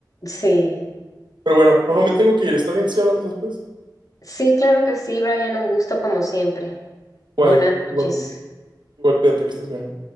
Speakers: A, on the left; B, on the right.
A: Sí,
B: Pero bueno, ojo, me tengo que ir. ¿Está bien si hablamos después?
A: sí, claro que sí, Brian, un gusto como siempre. Buenas
B: Igual, igualmente.
A: noches.
B: Igual, cuídate, que estés bien.